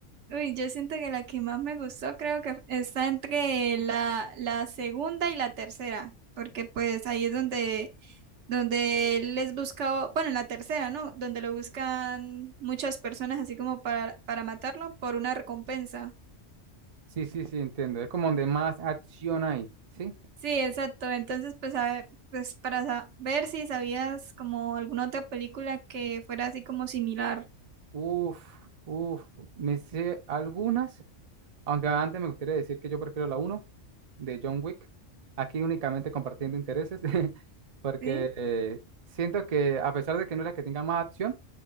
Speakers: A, on the right; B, on the right.
A: Uy, yo siento que la que más me gustó creo que está entre la, la segunda y la tercera, porque pues ahí es donde, donde él les busca, bueno, en la tercera, ¿no? Donde lo buscan muchas personas así como para, para matarlo por una recompensa.
B: Sí, sí, sí, entiendo. Es como donde más acción hay, ¿sí?
A: Sí, exacto. Entonces, pues, a ver, pues para sa- ver si sabías como alguna otra película que fuera así como similar,
B: Uf, uf. Me sé algunas, aunque antes me gustaría decir que yo prefiero la uno de John Wick. Aquí únicamente compartiendo intereses, <laughs> porque
A: ¿sí?
B: eh, siento que a pesar de que no es la que tenga más acción,